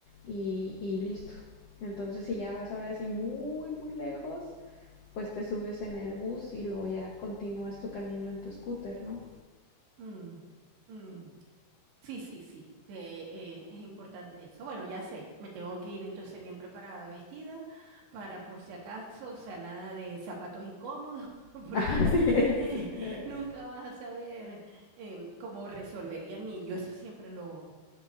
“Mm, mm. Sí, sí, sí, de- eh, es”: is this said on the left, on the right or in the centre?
Right